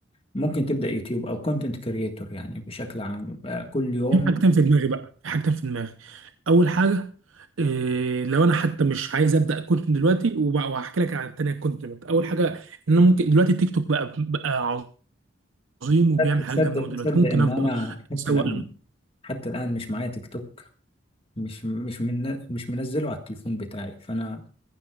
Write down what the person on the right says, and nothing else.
في حاجتين في دماغي بقى في حاجتين في دماغي اول حاجه إيه لو انا حتى مش عايز ابدا كنت من دلوقتي وب- وهحكي لك عن التانيه كنت دلوقتي اول حاجه ان انا ممكن دلوقتي التيك توك بقى بقى عظيم وبيعمل
حاجات
جامده من دلوقتي
ممكن
افضل
اسوق